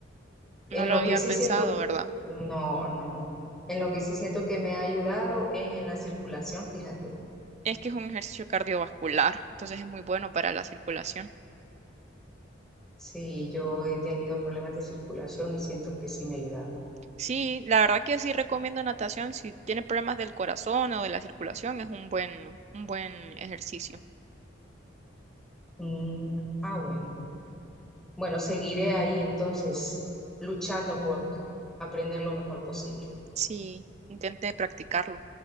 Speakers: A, on the right; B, in the centre.
A: No
B: En
A: lo
B: lo
A: había
B: que sí
A: pensado,
B: siento,
A: ¿verdad?
B: no, no. En lo que sí siento que me ha ayudado es en la circulación, fíjate.
A: Es que es un ejercicio cardiovascular, entonces es muy bueno para la circulación.
B: Sí, yo he tenido problemas de circulación y siento que sí me ha ayudado.
A: Sí, la verdad que sí recomiendo natación. Si tiene problemas del corazón o de la circulación, es un buen, un buen ejercicio.
B: Mm, ah, bueno. Bueno, seguiré ahí entonces luchando por aprender lo mejor posible.
A: Sí, intenté practicarlo.